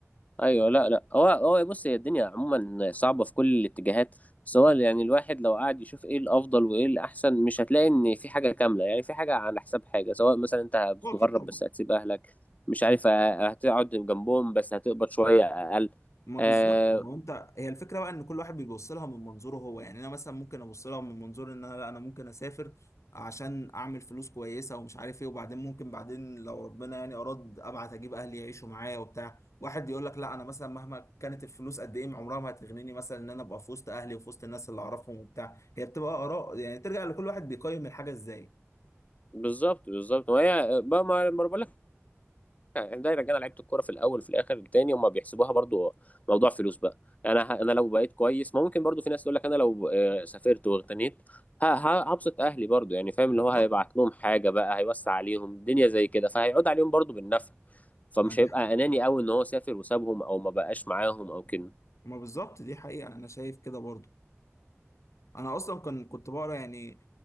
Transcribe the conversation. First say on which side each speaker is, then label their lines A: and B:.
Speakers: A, on the left (about 30°); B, on the left (about 75°).
A: ايوه لا لا هو هو بص هي الدنيا عموما صعبه في كل الاتجاهات بس هو يعني الواحد لو قعد يشوف ايه الافضل وايه الاحسن مش هتلاقي ان في حاجه كامله يعني في حاجه على حساب حاجه سواء مثلا انت بتتغرب
B: هو اكيد طبعا
A: بس هتسيب اهلك مش عارف آه، هتقعد جنبهم بس هتقبض شويه اقل
B: ما بالظبط
A: آه
B: هو انت هي الفكره بقى ان كل واحد بيبص لها من منظوره هو يعني انا مثلا ممكن ابص لها من منظور ان انا لا انا ممكن اسافر عشان اعمل فلوس كويسه ومش عارف ايه وبعدين ممكن بعدين لو ربنا يعني اراد ابعت اجيب اهلي يعيشوا معايا وبتاع واحد يقول لك لا انا مثلا مهما كانت الفلوس قد ايه عمرها ما هتغنيني مثلا ان انا ابقى في وسط اهلي وفي وسط الناس اللي اعرفهم وبتاع هي بتبقى اراء يعني ترجع لكل واحد بيقيم الحاجه ازاي
A: بالظبط بالظبط وهي بقى ما ما بقول يعني دايرة كده لعيبة الكورة في الأول في الآخر تاني هما بيحسبوها برضو موضوع فلوس بقى يعني أنا أنا لو بقيت كويس ما ممكن برضو في ناس تقول لك أنا لو آه، سافرت واغتنيت ه- ه- هبسط أهلي برضو يعني فاهم اللي
B: بالظبط
A: هو هيبعت لهم حاجة بقى هيوسع عليهم الدنيا زي كده فهيعود عليهم برضو بالنفع فمش
B: ما دي
A: هيبقى أناني أوي إن هو سافر وسابهم أو ما بقاش معاهم أو كده
B: ما بالظبط دي حقيقه انا شايف كده برضه انا اصلا كان كنت بقرا يعني